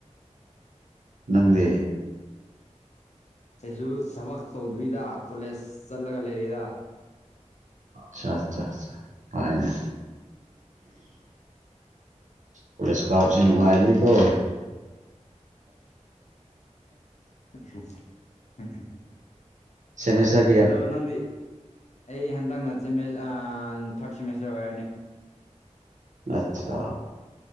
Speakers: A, on the right; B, on the left.
A: ꯅꯪꯗꯦ
B: ꯑꯩꯁꯨ ꯊꯕꯛ ꯇꯧꯗ꯭ꯔꯤꯗ ꯀꯣꯂꯦꯖ ꯆꯠꯂꯒ ꯂꯩꯔꯤꯗ
A: ꯆꯥ ꯆꯥ ꯆꯥ ꯄꯥꯏꯅ ꯀꯣꯂꯦꯁ ꯀꯕꯁꯤ ꯅꯨꯡꯉꯥꯏꯕꯅꯤ ꯀꯣ
B: ꯎ ꯎꯝ <unintelligible>
A: ꯁꯦꯝꯃꯤꯁꯇꯔ
B: ꯑꯗꯣ ꯅꯪꯗꯤ ꯑꯩ ꯍꯟꯗꯛꯅ ꯊꯥꯔꯠ ꯁꯦꯃꯤꯁꯇꯔ ꯑꯣꯏꯔꯅꯤ
A: ꯑꯠꯁꯥ